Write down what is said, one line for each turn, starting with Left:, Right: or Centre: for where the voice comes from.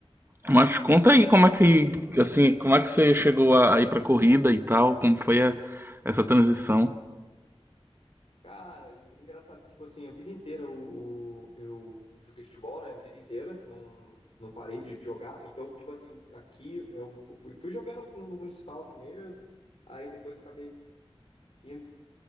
Right: mas conta aí como é que, assim, como é que você chegou a, a ir pra corrida e tal, como foi a- essa transição?
Left: Cara, é engraçado que, tipo assim, a vida inteira eu, eu joguei futebol, né? A vida inteira, não, não parei de jogar. Então, tipo assim, aqui eu fui, fui jogando no, no municipal aqui mesmo. Aí depois eu acabei indo